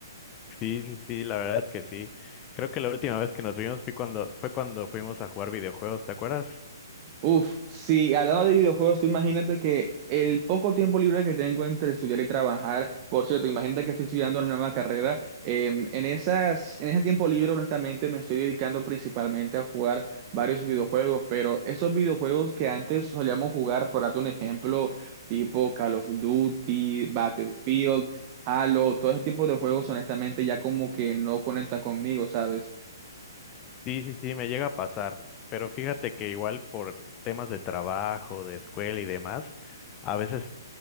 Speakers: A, on the left (about 25°); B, on the right (about 30°).
A: Sí, sí, sí, la verdad es que sí. Creo que la última vez que nos vimos fue cuando, fue cuando fuimos a jugar videojuegos, ¿te acuerdas?
B: Uf, sí, hablando de videojuegos, tú imagínate que el poco tiempo libre que tengo entre estudiar y trabajar, por cierto, imagínate que estoy estudiando una nueva carrera, eh, en esas, en ese tiempo libre, honestamente, me estoy dedicando principalmente a jugar varios videojuegos, pero esos videojuegos que antes solíamos jugar, por darte un ejemplo, tipo Call of Duty, Battlefield, Halo, todo ese tipo de juegos, honestamente, ya como que no conecta conmigo, ¿sabes?
A: Sí, sí, sí, me llega a pasar, pero fíjate que igual por temas de trabajo, de escuela y demás, a veces